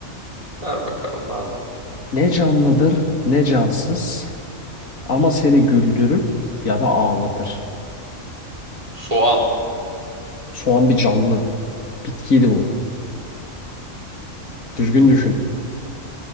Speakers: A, on the right; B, on the left.
A: Ver bakalım madem.
B: Ne canlıdır ne cansız ama seni güldürür ya da ağlatır.
A: Soğan.
B: Soğan bir canlı. Bitkiydi bu. Düzgün düşün.